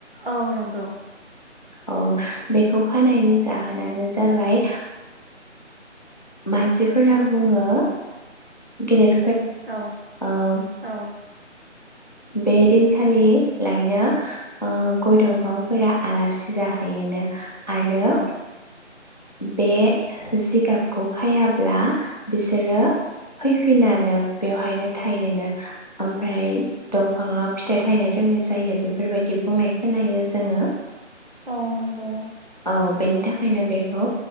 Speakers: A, on the right; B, on the left.
A: औ नंगौ।
B: औ बेखौ खानायनि जाहोनानो जाबाय मानसिफोरा बुङो गेदेर
A: औ
B: आ
A: औ
B: बे दिनखालि लायनो गय दंफांफोरा आलासि जाहैयोनो आरो
A: औ
B: बे जिगाबखौ हायाब्ला बिसोरो फैफिना बेवहायनो थायोनो ओमफ्राय दंफाङाव फिथाइ थायनो रोङै जायो बेफोरबायदि बुंनाय खोनायो जोङो
A: औ नंगौ।
B: औ बेनो दा ओंखायनो बेखौ